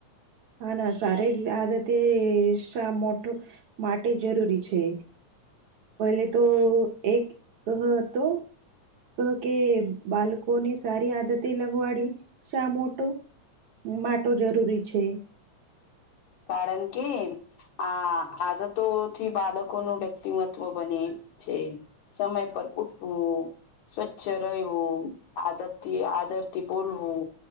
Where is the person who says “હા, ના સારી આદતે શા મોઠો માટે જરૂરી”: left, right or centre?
Right